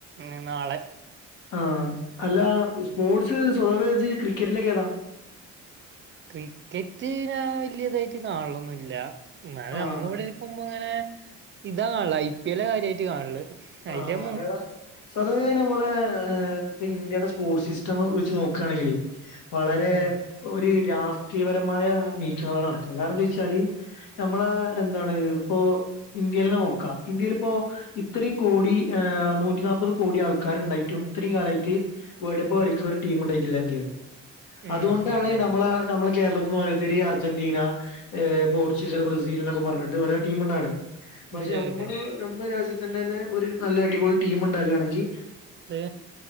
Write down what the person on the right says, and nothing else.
ഞ് നാളെ
ക്രിക്കറ്റ് ഞാൻ വല്യതായിട്ട് കാണണൊന്നുല്ല എന്നാലും
നമ്മള ഇവിടെ ഇരിക്കുമ്പോ ഇങ്ങെനെ ഇതാ കാണല് ഐ പി എല്ലാ കാര്യായിട്ട് കാണല് അയില്
മു
ഉം
ഉം
അതെ
അതെ അതെ
അത്